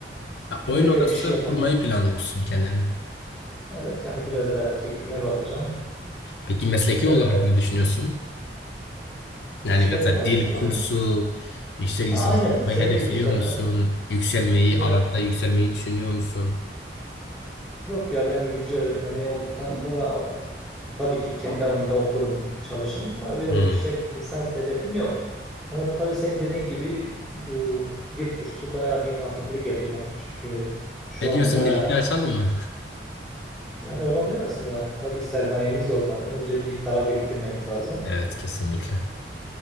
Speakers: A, on the left; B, in the centre.
A: Ha, oyun
B: Hani öyle
A: odası
B: bir şey yapmayı.
A: kurmayı planlıyorsun kendine.
B: Evet yani biraz daha keyfime bakacağım.
A: Peki mesleki
B: Ee,
A: olarak ne düşünüyorsun? Yani
B: meslek
A: mesela
B: olarak
A: dil
B: zaten.
A: kursu, yüksek lisans
B: Ha aynen
A: yapmayı
B: sen
A: hedefliyor
B: gibi zaten.
A: musun? Yükselmeyi,
B: Bir,
A: alanda yükselmeyi düşünüyor musun?
B: yok ya ben İngilizce öğretmeni olduktan sonra Tabii ki kendi alanımda okurum, çalışırım ama öyle
A: Hı.
B: yüksek lisans hedefim yok. Ama tabii senin dediğin gibi bu dil kursu bayağı bir mantıklı geldi bana. Çünkü şu
A: Ne
B: an
A: diyorsun
B: bayağı
A: birlikte açalım mı?
B: yani olabilir aslında. Tabii sermayemiz olmalı. Önce bir para biriktirmemiz lazım.
A: Evet kesinlikle.